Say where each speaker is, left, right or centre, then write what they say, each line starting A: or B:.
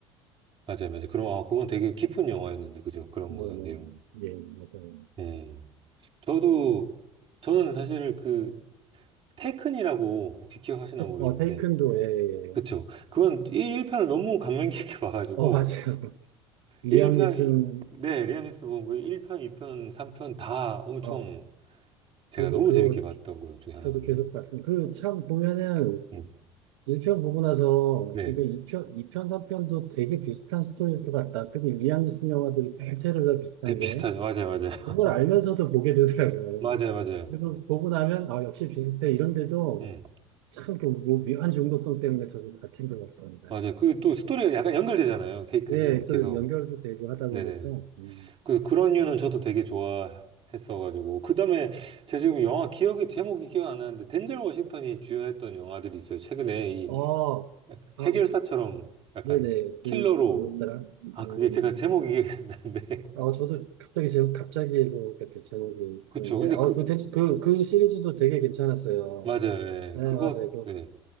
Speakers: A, on the right; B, on the right.
A: 맞아요, 맞아요. 그럼, 아, 그건 되게 깊은 영화였는데, 그죠? 그런
B: 뭐뭐예
A: 거는 내용.
B: 맞아요
A: 음. 저도, 저는 사실 그, 테큰이라고 혹시 기억하시나
B: 테-
A: 모르겠는데,
B: 어 테이큰도 예예예
A: 그쵸. 그건 1편을 너무 감명 깊게 <laughs> 봐가지고,
B: 어 맞아요 <laughs> 리암
A: 1편,
B: 니슨
A: 네, 리아니스 본그 일편 2편, 3편 다 엄청
B: 어
A: 제가
B: 저도
A: 너무
B: 그거
A: 재밌게 봤던 것 중에 하나거든요.
B: 저도 계속 봤습니다 그 참 보면은
A: 음.
B: 1편 보고 나서
A: 네.
B: 이거 2편, 2편, 3편도 되게 비슷한 스토리일 것 같다. 특히 리암 니슨 영화들이 대체로 다 비슷한데
A: 대피스타죠. 맞아요, 맞아요. <laughs>
B: 그걸 알면서도 보게 되더라고요.
A: 맞아요, 맞아요.
B: 그리고 보고 나면 아 역시 비슷해 이런데도
A: 음,
B: 참그뭐 묘한 중독성 때문에 저도 다 챙겨봤습니다.
A: 맞아요. 그 또 스토리가 약간 연결되잖아요. 테이크는
B: 네, 또
A: 계속.
B: 연결도 되고 하다
A: 네네.
B: 보니까 음,
A: 그래서 그런 이유는 저도 되게 좋아했어가지고. 그 다음에 제가 지금 영화 기억이, 제목이 기억 안 나는데, 덴젤 워싱턴이 주연했던 영화들이 있어요. 최근에 이
B: 어, 어,
A: 약간
B: 아,
A: 해결사처럼 약간
B: 네네 그
A: 킬러로.
B: 그 뭐였더라?
A: 아,
B: 음,
A: 그게 제가 제목이 기억이 안 나는데. <laughs>
B: 어, 저도 갑자기 제목, 갑자기 그 그 제목이
A: 그쵸.
B: 그런데,
A: 근데
B: 어,
A: 그,
B: 그, 대, 그, 그 시리즈도 되게 괜찮았어요.
A: 맞아요. 예.
B: 네,
A: 그거,
B: 맞아요. 그,
A: 예.